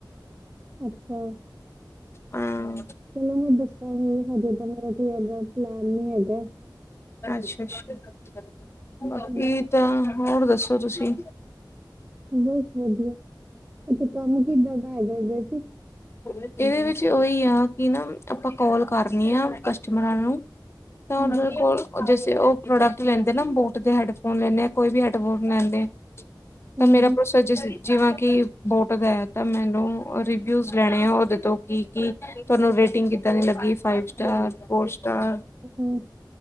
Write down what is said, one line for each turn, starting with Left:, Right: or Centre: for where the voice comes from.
Right: ਅੱਛਾ
Left: ਹਮ
Right: ਚਲੋ ਮੈਂ ਦੱਸਾਂਗੀ। ਹਜੇ ਤਾਂ ਮੇਰਾ ਕੋਈ ਏਦਾ ਪਲੈਨ ਨੀ ਹੈਗਾ
Left: ਅੱਛਾ ਅੱਛਾ ਬਾਕੀ
Right: ਹੂੰ,
Left: ਤਾਂ ਹੋਰ ਦੱਸੋ ਤੁਸੀਂ
Right: ਬਸ ਵਦੀਆ। ਤੇ ਕੰਮ ਕਿੱਦਾਂ ਦਾ ਹੈਗਾ ਇਹਦੇ ਚ
Left: ਇਹਦੇ ਵਿੱਚ ਉਹੀ ਆ। ਕਿ ਨਾ ਆਪਾਂ ਕੋਲ ਕਰਨੀ ਆ ਕਸਟਮਰਾਂ ਨੂੰ ਤੁਹਾਡੇ
Right: ਹੂੰ ਹੂੰ
Left: ਕੋਲ ਜਸੇ ਉਹ ਪ੍ਰੋਡਕਟ ਲੈਂਦੇ ਨਾ ਬੋਟ ਦੇ ਹੈਡਫੋਨ ਲੈਂਨੇ ਆ ਕੋਈ ਵੀ ਹੈਡਫੋਨ ਲੈਂਦੇ ਆਂ ਤਾਂ
Right: ਹੂੰ
Left: ਮੇਰਾ
Right: ਹੂੰ
Left: ਪ੍ਰੋਸੇਜਿਸ ਜਿਵੇਂ ਕਿ ਬੋਟ ਦਾ ਹੈ। ਤਾਂ ਮੈਨੂੰ ਰਿਵਿਊ ਲੈਣੇ ਆ ਉਹਦੇ ਤੋਂ। ਕੀ ਕੀ ਤੁਹਾਨੂੰ ਰੇਟਿੰਗ ਕਿੱਦਾਂ ਦੀ ਲੱਗੀ ਫਾਈਵ ਸਟਾਰ ਫੋਰ
Right: ਹੂੰ